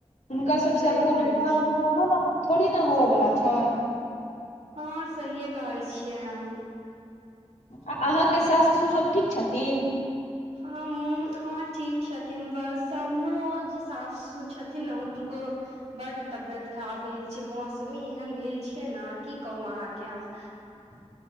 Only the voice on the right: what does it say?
सही
कहै
छियै
हँ, सहिए कहै छियै। अहूँ
हम हँ, ठीक छथिन। बस हमरो जे सासु छथिन ने हुनको। बड़ तबियत खराब भेल छै, मौसमी एहन भेल छै, ने की कहू अहाँकेँ हम।